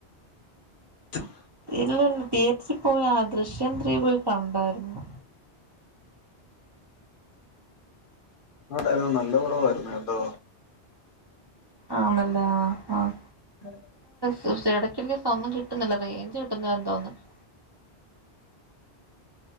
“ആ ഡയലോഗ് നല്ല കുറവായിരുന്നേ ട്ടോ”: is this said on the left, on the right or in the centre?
Left